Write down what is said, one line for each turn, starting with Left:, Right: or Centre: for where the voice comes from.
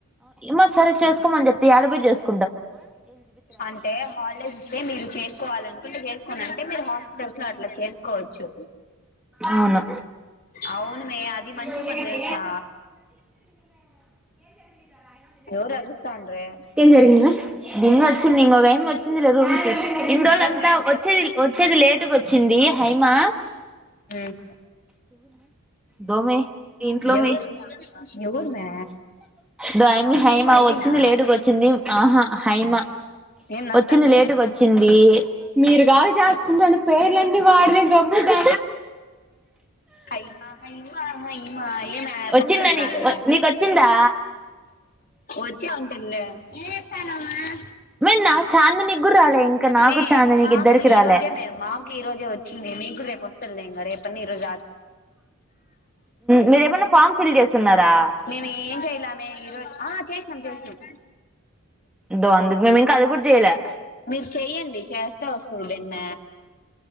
Centre: మ సరే చేసుకోమని చెప్తే యాడబోయి చేసుకో
Left: అంటే హాలిడేస్ ఇస్తే మీరు చేసుకోవాలనుకుంటే చేసుకోన్నాం అంటే మీరు హాస్పిటల్స్ లో అట్లా చేసుకోవచ్చు
Centre: అవును
Left: అవును మే అది మంచి
Centre: జరిగింది
Left: పని తెలుసా ఎవరు అరుస్తాండ్రే
Centre: ఏం జరిగింది మే వచ్చింది ఇంకొక అయమ్మి వచ్చింది లే రూమ్ కి ఇన్ని రోజులంతా
Left: ఎవరు మే
Centre: వచ్చేది వచ్చేది
Left: ఉమ్
Centre: లేటుగా వచ్చింది హ మా
Left: ఉమ్
Centre: దోమే దీంట్లోమే
Left: ఎవరు ఎవరు మే
Centre: దో ఆయమ్మి హైమా
Left: పర్వీనా
Centre: వచ్చింది లేటుగా వచ్చింది ఆహా హైమా
Left: ఏం నవ్వుతుంది
Centre: వచ్చింది లేటుగా వచ్చింది మీరు కాదు చేస్తుంటాను పేర్లన్నీ వాడివే గబ్బుగా
Left: హైమా హైమా హైమా ఏమే
Centre: వచ్చిందా
Left: ఫంక్షన్కి
Centre: నీ
Left: రాలేదు
Centre: నీకు వచ్చిందా
Left: వచ్చి ఉంటదిలే ఏం చేస్తున్నావ్ అమ్మ
Centre: మరి నాకు చాందనికి కూడా రాలే ఇంకా నాకు
Left: మే
Centre: చాందనికి
Left: మాకు
Centre: ఇద్దరికి రాలే
Left: ఈ రోజే మే మాకు ఈ రోజే వచ్చింది మీ కూడా రేపు వస్తదిలే ఇంకా రేపు పని ఈరోజు
Centre: మీరేమన్నా ఫామ్ ఫిల్ చేస్తున్నారా
Left: మేము ఏం చేయలామే ఈరోజు ఆ చే ఉమ్ చేసినం
Centre: దో అందుకు మేము ఇంకా అది కూడా చేయలే
Left: మీరు చెయ్యండి చేస్తే వస్తుంది బిన్న